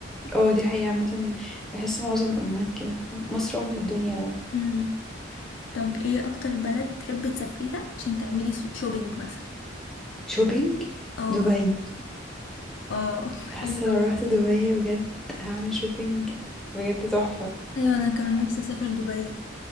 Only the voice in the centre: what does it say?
اه دي حقيقة عامة بحس معظم الأمهات كده مصر أم الدنيا بقى
شوبينج
دبي
حاسة لو رحت دبي بجد هعمل شوبينج بجد تحفة